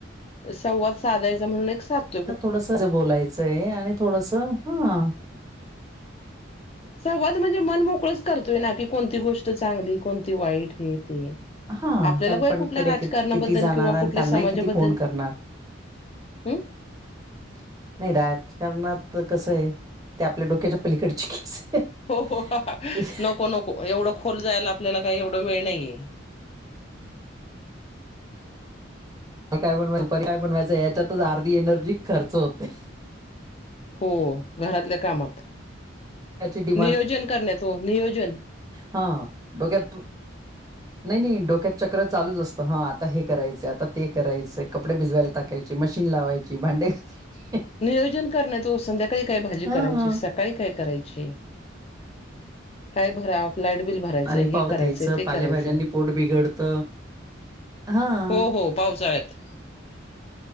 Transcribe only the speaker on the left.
संवाद साधायचा म्हणून एक सााध
संवाद म्हणजे मन मोकळच करतोय ना. की कोणती गोष्ट चांगली. कोणती वाईट. हे ते
आपल्याला बय
कुठल्या
राजकारणाबद्दल
किंवा कुठल्या
समाजाबद्दल
हम्म
हो
नको नको, एवढ खोल जायला आपल्याला काही एवढ वेळ नाहीये.
हो घरातल्या कामात,
नियोजन करण्यात हो नियोजन
नियोजन करायच तो संध्याकाळी काय भाजी
करायची
स काय, काय, करायची काय भरा लाईट बिल भरायचंय
हे
करायचंय
ते
करायचंय
हो हो पावसाळ्यात